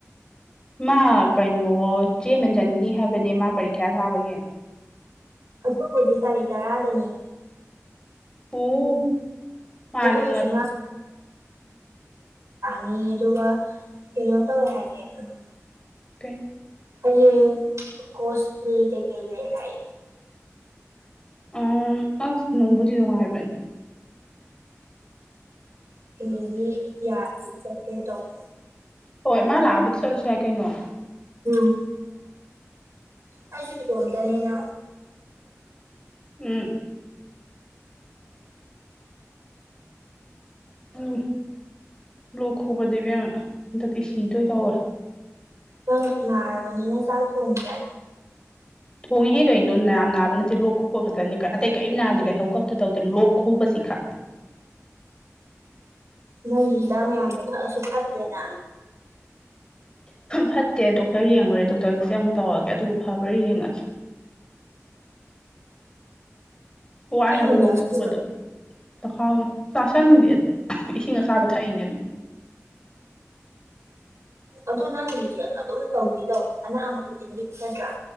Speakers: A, on the left; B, on the right.
A: ꯃꯥ ꯀꯩꯅꯣ ꯆꯦꯃꯦꯟꯖꯟꯅꯤ ꯍꯥꯏꯕꯅꯦ ꯃꯥ ꯄꯔꯤꯈ꯭ꯌꯥ ꯁꯥꯥꯕꯒꯤ
B: ꯑꯣꯕꯨꯗꯤ ꯇꯥꯔꯤꯛ ꯇꯔꯥꯗꯅꯦ
A: ꯑꯣ ꯃꯥꯅ
B: ꯑꯗꯨꯁꯨꯃꯥꯏ
A: ꯉꯁ
B: ꯅꯤ ꯑꯗꯨꯒꯒ ꯍꯩꯅꯣꯗ ꯑꯣꯏ ꯍꯥꯏꯦ ꯎꯝ
A: ꯀ
B: ꯍꯌꯦꯡ ꯀꯣꯁꯄ꯭ꯂꯤ ꯀꯩꯀꯩ ꯂꯩ ꯍꯥꯏ
A: ꯎ ꯑꯁ ꯅꯪꯕꯨꯗꯤ ꯅꯨꯡꯉꯥꯏꯕꯅꯦ
B: ꯎꯗꯤ ꯌꯥꯗꯤ ꯆꯠꯀꯦ ꯇꯧꯕ
A: ꯍꯣꯏ ꯃꯥ ꯂꯥꯛꯑꯕꯗꯤ ꯆꯠꯂꯁꯨ ꯌꯥꯏ ꯀꯩꯅꯣ
B: ꯎꯝ ꯍꯁꯨ ꯇꯣꯗꯅꯤꯕ
A: ꯎꯝ ꯎꯝ ꯂꯣꯛ ꯈꯨꯕꯗ ꯏꯕꯦꯝ ꯍꯟꯗꯛꯇꯤ ꯁꯤꯗꯣꯏ ꯀꯧꯔꯦ
B: ꯅꯪ ꯅꯥꯔꯕꯅꯤꯅ ꯆꯥꯛ ꯊꯣꯡꯁꯦ
A: ꯊꯣꯡꯉꯦꯍꯦ ꯀꯩꯅꯣ ꯅ ꯅꯥꯕ ꯅꯠꯇꯦ ꯂꯣꯛ ꯈꯨꯕ ꯈꯛꯇꯅꯤ ꯑꯇꯩ ꯀꯔꯤꯝ ꯅꯥꯗꯗꯤ ꯂꯩꯍꯧ ꯀꯞꯇ ꯇꯧꯗꯦ ꯂꯣꯛ ꯈꯨꯕꯁꯤ ꯈꯛ
B: ꯅꯪꯒꯤ ꯍꯤꯗꯥꯛ ꯃꯌꯥꯝꯗꯣ ꯊꯛꯑꯁꯨ ꯐꯠꯇ꯭ꯔꯦꯅ
A: ꯐꯠꯇꯦ ꯗꯣꯛꯇꯔ ꯌꯦꯡꯉꯨꯔꯦ ꯗꯣꯛꯇꯔꯒꯤꯁꯦ ꯑꯃꯨꯛ ꯇꯧꯔꯒꯦ ꯑꯗꯨꯒ ꯐꯕ꯭ꯔꯥ ꯌꯦꯡꯉꯒꯦ ꯍꯏ
B: ꯑꯩ
A: ꯍꯥꯏꯕ
B: ꯅꯨꯡ
A: ꯂꯧꯛꯈꯕꯗ
B: ꯆꯥꯁꯤꯟꯕ
A: ꯆꯈꯥꯎ ꯆꯥꯁꯟꯗꯤ ꯏꯁꯤꯡ ꯑꯆꯥꯥꯕ ꯊꯛꯏꯅꯦ ꯑꯗꯨꯝ
B: ꯑꯗꯨ ꯅꯪ ꯗꯤꯦꯜ ꯑꯗꯨꯝ ꯇꯧꯗꯤ ꯇꯧꯏ ꯑꯅꯥꯕ ꯈꯨꯗꯤꯡꯒꯤ ꯐꯒꯠꯇ꯭ꯔꯥ